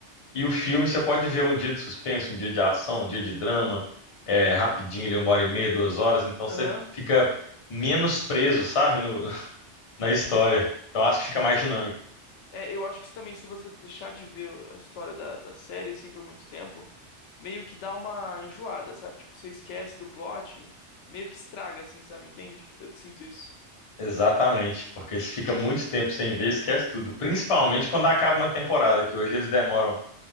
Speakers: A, on the left (about 35°); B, on the left (about 80°).
A: E o filme você pode ver um dia de suspense, um dia de ação, um dia de drama, é, rapidinho ali, uma hora e meia, duas horas, então você
B: aham.
A: fica menos preso, sabe, no- <laughs> na história. Então acho que fica mais dinâmico.
B: É, eu acho que também, se você deixar de ver a história da, da série, assim, por muito tempo, meio que dá uma enjoada, sabe? Tipo, você esquece do plot, meio que estraga, assim, sabe? Entende? Eu sinto isso.
A: Exatamente, porque se fica muito tempo sem ver, esquece tudo. Principalmente quando acaba uma temporada, que hoje eles demoram